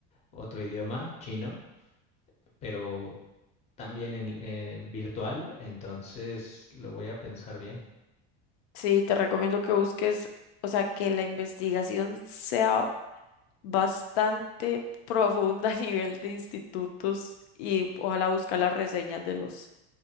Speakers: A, on the left; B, on the left.
A: otro idioma, chino, pero también en, eh, virtual, entonces lo voy a pensar bien.
B: Sí, te recomiendo que busques, o sea, que la investigación sea bastante profunda a nivel de institutos y ojalá buscar las reseñas de los